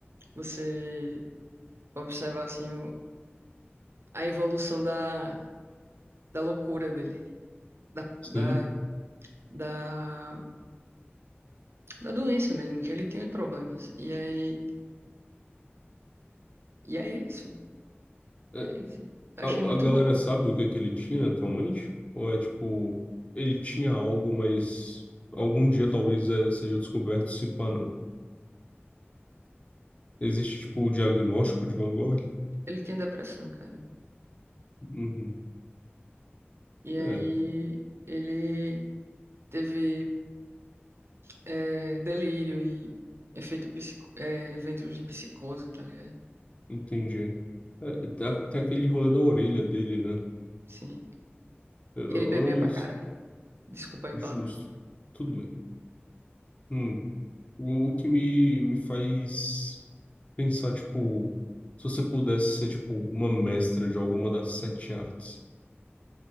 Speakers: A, on the right (about 75°); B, on the left (about 30°).
A: você observar, assim, a evolução da, da loucura dele, da,
B: sim.
A: da, da, da doença mesmo, que ele tinha problemas. E aí, e aí é isso,
B: É,
A: é isso. Eu
B: a,
A: achei muito
B: a galera
A: louco.
B: sabe o que que ele tinha atualmente? Ou é tipo, ele tinha algo, mas algum dia talvez é, seja descoberto se pá, não. Existe tipo o diagnóstico de Van Gogh?
A: Ele tinha depressão, cara.
B: Uhum.
A: E aí
B: É,
A: ele teve é, delírio e efeito psico, é, eventos de psicose, tá ligado?
B: entendi. É, tá- tem aquele rolê da orelha dele, né?
A: Sim.
B: É, Eu,
A: E ele bebia
B: eu não.
A: pra caralho. Desculpa aí o
B: Justo.
A: palavrão.
B: Tudo bem. Hum. O, o que me, me faz. Pensar, tipo, se você pudesse ser, tipo, uma mestra de alguma das sete artes.